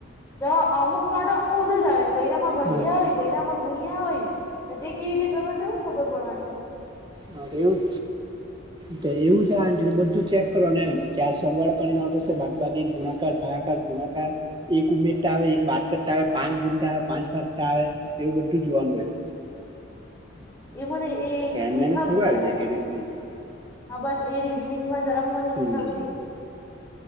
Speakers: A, on the left (about 15°); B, on the right (about 20°).
A: તો અમુક માટે ઊંડું જ આવે કોયનામાં ભગ્યા
B: હા
A: હોય કોઈનામાં ગુણિયા હોય તો તે કેવી રીતે કરવા તો હું ખબર પડવાની
B: હા એવું જ તો એવું છે આ બધું ચેક કરો ને એમ કે આ સરવાળો કરીને આવે બાદ બાકી ગુણાકાર ભાગાકાર ગુણાકાર એક ઉમેરતા આવે એક બાદ કરતા આવે પાંચ ગુટ આવે પાંચ ભાગતા આવે એવું બધું જોવાનું હોય
A: એ મને એ એ
B: તો એમને
A: સીખાવ
B: એમ થોડું
A: જે
B: આવી
A: જરાક
B: જાય કે રીઝનિંગ
A: હા બસ એ રિઝનિંગ માં જરાક મને શીખાવજે
B: હમ